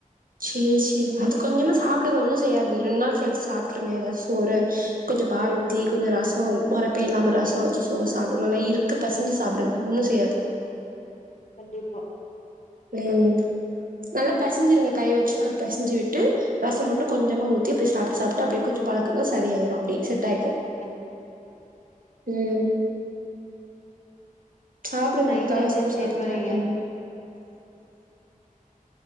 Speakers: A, on the right (about 75°); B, on the left (about 55°).
A: சரி சரி அது கொஞ்சமா சாப்பிடுங்க ஒன்னும் செய்யாது ரெண்டு நாள் கழிச்சு சாப்பிட்டுருங்க ஏதாச்சும் சோறு கொஞ்சம் பால் ஊத்தி கொஞ்சம் ரசம் ஒரப்பே இல்லாம ரசம் வச்சு சோறு சாப்பிடுங்க நல்லா இறுத்துபிசைஞ்சு சாப்பிடுங்க ஒன்னும் செய்யாது
B: கண்டிப்பா
A: உஹம் நல்லா பிசைஞ்சிருங்க கையை வச்சு நல்லா பெசஞ்சு விட்டு ரசம் போட்டு கொஞ்சமா ஊத்தி அப்படி சாப்பிட்டு சாப்பிட்டு அப்படியே கொஞ்சம் பழக்குகாள் சரிய ஆயிடும் அப்படி செட் ஆயக்கும்
B: ஆஹம்
A: உம் சாப்பிடுங்க
B: நைட்
A: அதுக்காக
B: என்ன
A: சோறு
B: செய்ய
A: சாப்பிடாம
B: போறீங்க
A: இருக்கதிங்க